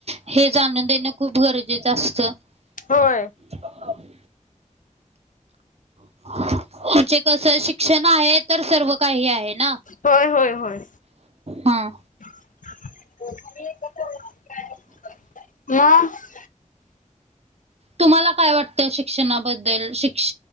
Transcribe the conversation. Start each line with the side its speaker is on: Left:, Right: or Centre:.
Right: हे जाणून देणं खूप गरजेचं असतं. <unintelligible>
Left: होय
Right: <unintelligible> कसं शिक्षण आहे तर सर्व काही आहे. ना.
Left: होय, होय, होय.
Right: हा
Left: <unintelligible>
Right: तुम्हाला काय वाटतं शिक्षणाबद्दल? शिक्ष